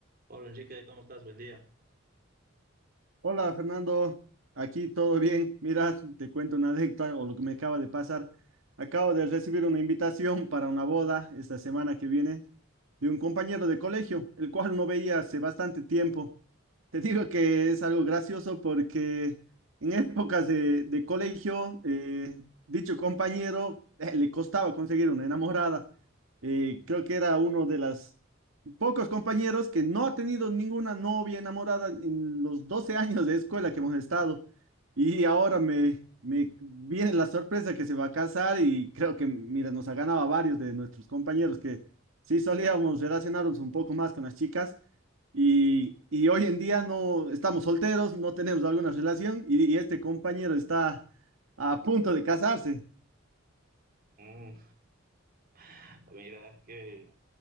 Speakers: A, on the right; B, on the right.
A: Hola Enrique, ¿cómo estás? Buen día.
B: Hola Fernando, aquí todo bien. Mira, te cuento una anécdota o lo que me acaba de pasar. Acabo de recibir una invitación para una boda esta semana que viene de un compañero de colegio, el cual no veía hace bastante tiempo. Te digo que es algo gracioso porque en épocas de, de colegio, eh, dicho compañero eh, le costaba conseguir una enamorada. Eh, creo que era uno de las pocos compañeros que no ha tenido ninguna novia enamorada en los 12 años de escuela que hemos estado. Y ahora me, me viene la sorpresa que se va a casar y creo que, mira, nos ha ganado a varios de nuestros compañeros que sí solíamos relacionarnos un poco más con las chicas. Y, y hoy en día no estamos solteros, no tenemos alguna relación y, y este compañero está a punto de casarse.
A: Mm, <laughs> Mira, qué,